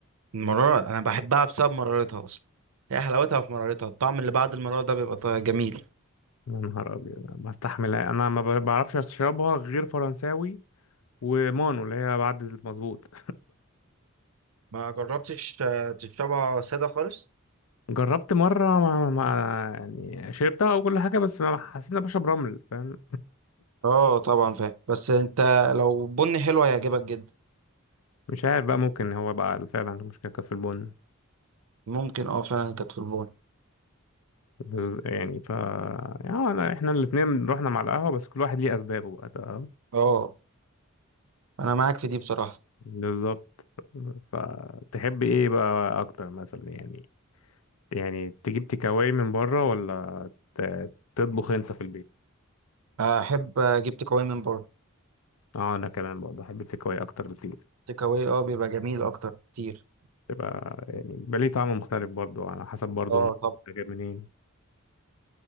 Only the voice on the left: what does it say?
يا نهار ابيض ما استحملها انا ما بعرفش اشربها غير فرنساوي ومانو اللي هي بعد المظبوط <laughs>
جربت مرة ما, ما يعني شربتها وكل حاجة بس ما حسيت إن أنا بشرب رمل فاهم
مش عارف بقى ممكن هو بقى فعلا المشكلة كانت في البن
بس يعني ف يعني أنا إحنا الاتنين رحنا مع القهوة بس كل واحد ليه أسبابه بقى تمام
بالظبط فتحب إيه بقى أكتر مثلا يعني يعني تجيب تيكاواي من بره ولا ت- تطبخ أنت في البيت
اه انا كمان برضه بحب التيكاواي اكتر بكتير
تبقى يعني بيبقى ليه طعم مختلف برضه على حسب برضه
المكان
جايب منين